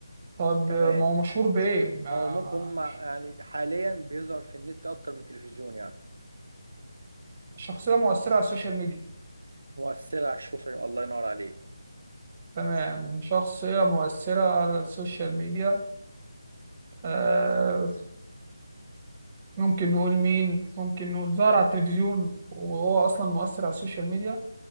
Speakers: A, on the right (about 25°); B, on the right (about 70°).
A: طب
B: تمام
A: آه، ما هو مشهور بإيه؟ ما...
B: او ممكن
A: ما-
B: هم يعني حاليا بيظهر في النت اكتر من التلفزيون يعني
A: شخصية مؤثرة على السوشيال ميديا
B: مؤثر على الشوشر الله ينور عليه
A: تمام شخصية مؤثرة على السوشيال ميديا آه، ممكن نقول مين؟ ممكن نقول ظهر على التلفزيون وهو أصلا مؤثر على السوشيال ميديا